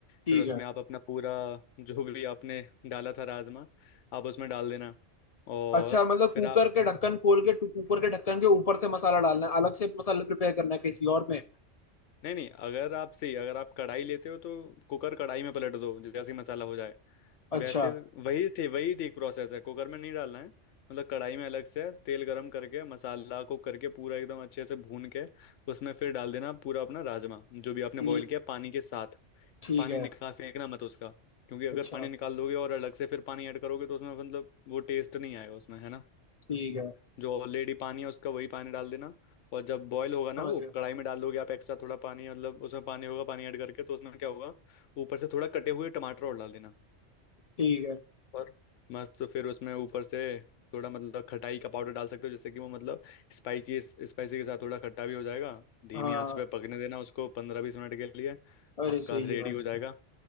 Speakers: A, on the left (about 55°); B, on the left (about 75°).
A: ठीक
B: फिर उसमें
A: है
B: आप अपना पूरा जो भी आपने डाला था राजमा आप उसमें डाल देना और
A: अच्छा मतलब कुकर
B: फिर आप
A: के ढक्कन खोल के टू- कुकर के ढक्कन के ऊपर से मसाला डालना है अलग से मसाला प्रिपेयर करना है किसी और में
B: नहीं नहीं अगर आप सही अगर आप कढ़ाई लेते हो तो कुकर कढ़ाई में पलट दो जैसे ही मसाला हो जाए
A: अच्छा
B: वैसे वही थे वही ठीक प्रोसेस है कुकर में नहीं डालना है मतलब कढ़ाई में अलग से तेल गरम करके मसाला कुक करके पूरा एकदम अच्छे से भून के उसमें फिर डाल देना पूरा अपना राजमा जो भी आपने
A: ठी-
B: बॉईल किया पानी के साथ
A: ठीक
B: पानी
A: है
B: निकाल फेंकना मत उसका क्योंकि अगर
A: अच्छा
B: पानी निकाल दोगे और अलग से फिर पानी ऐड करोगे तो उसमें मतलब वो टेस्ट नहीं आएगा उसमें है ना
A: ठीक है
B: जो ऑलरेडी पानी है उसका वही पानी डाल देना और जब बॉईल होगा ना
A: समझ
B: वो
A: गया
B: कढ़ाई में डाल दोगे आप एक्स्ट्रा थोड़ा पानी मतलब उसमें पानी होगा पानी ऐड करके तो उसमें क्या होगा ऊपर से थोड़ा कटे हुए टमाटर और डाल देना
A: ठीक है
B: और मस्त तो फिर उसमें ऊपर से थोड़ा मतलब खटाई का पाउडर डाल सकते हो जिससे कि वो मतलब स्पाइसी स्पाइसी के साथ थोड़ा खट्टा भी हो जाएगा धीमी
A: हाँ
B: आंच पे पकने देना उसको पंद्रह बीस मिनट के लिए
A: अरे
B: आपका
A: सही
B: रेडी
A: है भाई
B: हो जाएगा